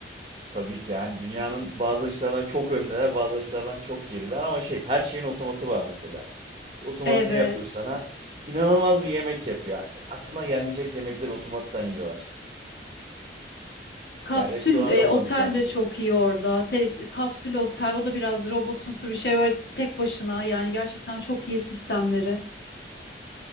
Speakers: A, on the right (about 30°); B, on the left (about 70°).
A: Tabii ki yani dünyanın bazı açılardan çok öndeler, bazı açılardan çok geriler ama şey her şeyin otomatı var mesela. İşte otomat
B: Evet.
A: ne yapıyor sana? İnanılmaz bir yemek yapıyor. Aklına gelmeyecek yemekleri otomattan yiyorlar.
B: Kapsül
A: Yani restoranda
B: e,
A: bulamayacağın
B: otel
A: şey.
B: de çok iyi orada. Te- kapsül otel o da biraz robotumsu bir şey böyle tek başına yani gerçekten çok iyi sistemleri.